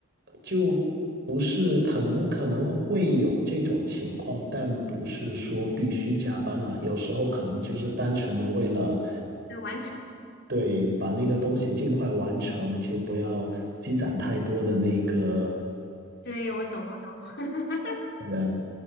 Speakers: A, on the right; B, on the left.
A: 就不是可能可能会有这种情况，但不是说必须加班了。有时候可能就是单纯的为了
B: 就完成，
A: 对把那个东西尽快完成，就不要积攒太多的那个
B: 对，我懂，我懂。
A: 嗯，